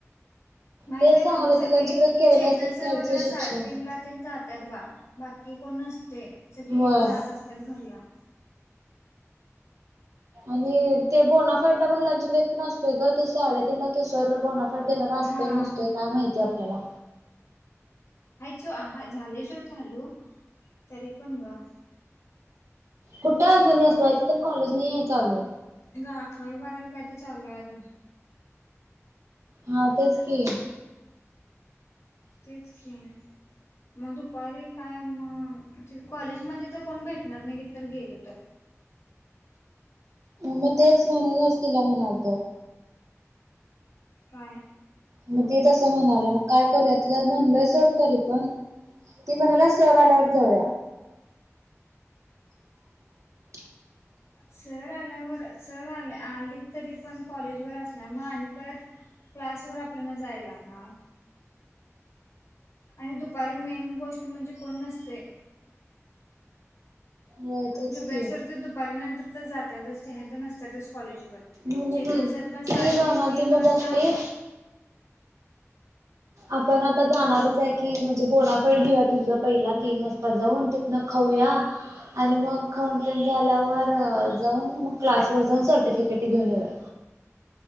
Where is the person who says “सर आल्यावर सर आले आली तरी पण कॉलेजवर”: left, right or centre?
Left